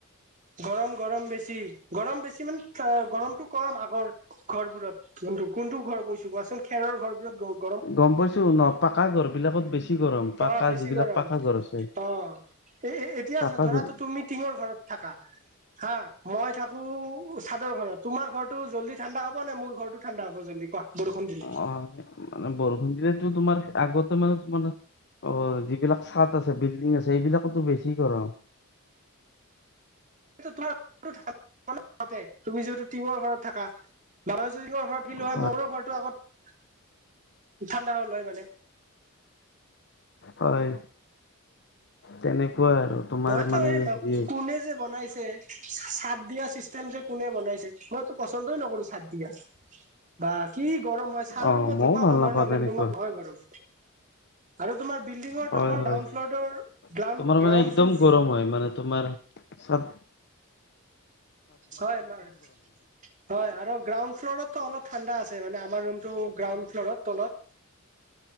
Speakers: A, on the right; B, on the left.
A: গৰম- গৰম বেছি গৰম বেছি মানে গৰমটো চ কম আগৰ ঘৰবোৰত কোনটো -কোনটো ঘৰ কৈছো কোৱাচোন খেৰৰ ঘৰবোৰত গওঁ
B: গম পাইছো ন' পাকা ঘৰ বিলাকত বেছি গৰম পাকা
A: অ', বেছি
B: যিবিলাক
A: গৰম,
B: পাকা ঘৰ আছে
A: অ', এ', -এ', - এতিয়া
B: পাকা
A: ধৰাটো
B: বিল
A: তু', -তু', -তুমি টিঙৰ ঘৰত ', থাকা', হা', মই থাকোঁ, ছাদৰ ঘৰত তোমাৰ ঘৰটো জলদি ঠাণ্ডা হব নে মোৰ ঘৰটো ঠাণ্ডা হ'ব জলদি কোৱা? বৰষুণ দিলি',
B: অ', মানে বৰষুণ দিলেতো তোমাৰ আগতে মানে তোমাৰ', অ', যিবিলাক ছাদ আছে, বিল্ডিং আছে, এইবিলাকোতো বেছি গৰম',
A: এইটোতো তোমাৰ সেইটো থাকিব ন তাৰ বাবে তুমি যিহেতু টিঙৰ ঘৰত থাকা, ভাবা যদি টিঙৰ ঘৰত', আহি লয়
B: হয়
A: মোৰো ঘৰটো আগত, ঠাণ্ডা হ'ল হয় মানে',
B: হয়', তেনেকুৱা আৰু', তোমাৰ
A: মইতো
B: মানে
A: এই মাত,
B: হেৰি
A: কোনে যে', কোনে যে বনাইছে ছা', -ছা', - ছাদ দিয়া চিষ্টেমটো যে কোনে বনাইছে, মইতো পচন্দই নকৰোঁ ছাদ দিয়া', বা কি গৰম হয় চাৰি
B: অ
A: ৰুমতা
B: মইও
A: বেগুৱা
B: ভাল
A: গৰম
B: নাপাওঁ
A: হয় ন বেলেগ
B: তেনেকুৱা
A: ৰুমত নহয় গৰম', আৰু তোমাৰ বিল্ডিঙৰ
B: হয়
A: তলৰ
B: হয়
A: গ্ৰাউণ্ড
B: হয়
A: ফ্লৰটোৰ, গ্লউণ্ড
B: তোমাৰ
A: - গ্ৰাউণ্ড
B: মানে একদম
A: ফ্লু',
B: গৰম হয় মানে তোমাৰ ছাদ',
A: হয় বাৰু', হয় আৰু গ্ৰাউণ্ড ফ্লু'ৰত অলপ ঠাণ্ডা আছে মানে আমাৰ ৰুমটো গ্ৰাউণ্ড ফ্লু'ৰত তলত',